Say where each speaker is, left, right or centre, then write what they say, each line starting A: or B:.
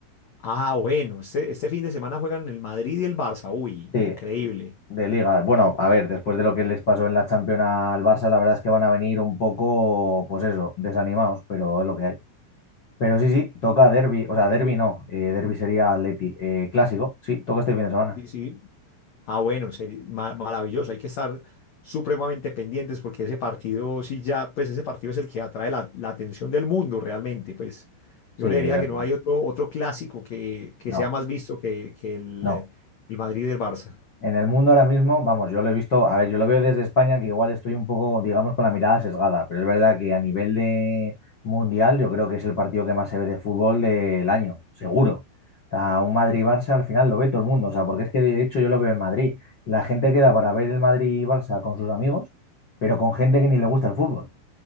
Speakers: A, on the left; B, on the left.
A: Ah, bueno, este, este fin de semana juegan el Madrid y el Barça. Uy,
B: Sí,
A: increíble.
B: de liga. Bueno, a ver, después de lo que les pasó en la Champions al Barça, la verdad es que van a venir un poco, pues eso, desanimados, pero es lo que hay. Pero sí, sí, toca derbi o sea, derbi no, eh, derby sería Atleti. Eh, clásico, sí, toca este fin de semana.
A: Sí, sí. Ah, bueno, seri- ma- maravilloso. Hay que estar supremamente pendientes porque ese partido, sí, ya, pues ese partido es el que atrae la, la atención del mundo realmente. Pues
B: Sí,
A: yo creería
B: eh,
A: que no hay otro, otro clásico que, que
B: no,
A: sea más visto que, que el,
B: no.
A: el Madrid del Barça.
B: En el mundo ahora mismo, vamos, yo lo he visto, a ver, yo lo veo desde España, que igual estoy un poco, digamos, con la mirada sesgada, pero es verdad que a nivel de mundial, yo creo que es el partido que más se ve de fútbol del año, seguro. O sea, un Madrid-Barça al final lo ve todo el mundo, o sea, porque es que de hecho yo lo veo en Madrid. La gente queda para ver el Madrid-Barça con sus amigos, pero con gente que ni le gusta el fútbol.